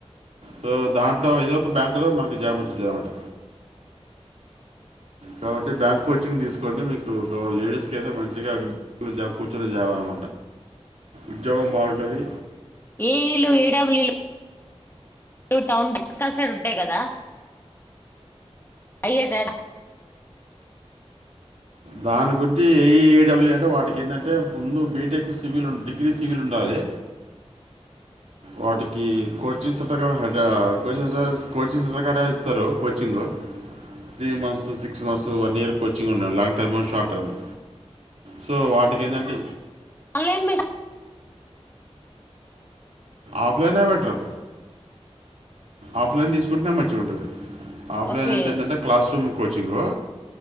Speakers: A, on the right (about 85°); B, on the left (about 20°).
A: సో దాంట్లో ఏదో ఒక బ్యాంకు లో మనకి జాబ్ వచ్చిదన్నమాట కాబట్టి బ్యాంక్ కోచింగ్ తీసుకోండి మీకు గో లేడీస్ కి అదే మంచిగా జాబ్ కూర్చొని జాబ్ అన్మాట ఉద్యోగం బావుంటది
B: ఈ లు ఏ డబ్లీ లు లు టౌన్ గట్కాల్ సైడ్ ఉంటయి గదా అయ్య గద్
A: దాని గుంటి ఏ ఈ డబ్ల్యూ అంటే వాటికేందంటే ముందు బీటెక్ సివిల్ వున్ డిగ్రీ సివిలుండాలి. వాటికి కోచింగ్స్ ఉంటయ్ గా హైద్రా కోచింగ్ కోచింగ్స్ ఉన్నకాడ ఇస్తరు coaching. Three months six months one year coaching ఉన్నయ్ long term short term so వాటికేందంటే
B: ఆన్లైన్ బెస్
A: ఆఫ్లైనే బెటరు ఆఫ్లైన్ దీసుకుంటెనే మంచిగుంటది, ఆఫ్లైన్
B: ఓకే
A: అంటే ఏందంటే class room coaching